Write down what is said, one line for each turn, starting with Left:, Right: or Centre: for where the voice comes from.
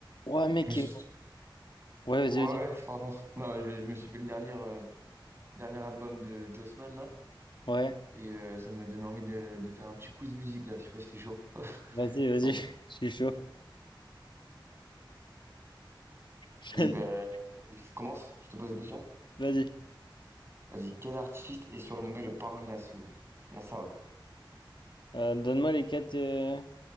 Left: Ouais, mec.
Right: Je me suis-
Left: euh, Ouais,
Right: Ouais,
Left: vas-y, vas-y.
Right: ouais, pardon. Non, je, je me suis fait le dernier, euh, dernier album de Jossman, là.
Left: Ouais,
Right: Et euh, ça m'a donné envie de, de faire un petit quiz musique, là. Je sais pas si t'es chaud. <laughs>
Left: vas-y, vas-y.
Right: Je t'en
Left: <laughs> Je suis chaud. <laughs>
Right: Vas-y, ben, je commence. Je te pose des questions.
Left: Vas-y.
Right: Vas-y, quel artiste est surnommé le parrain de la soul? La soul.
Left: Euh, donne-moi les quatre, euh,